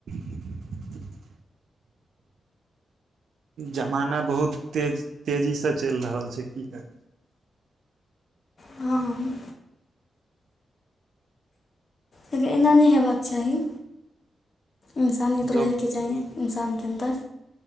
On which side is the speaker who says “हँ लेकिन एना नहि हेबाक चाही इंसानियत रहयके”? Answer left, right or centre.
Left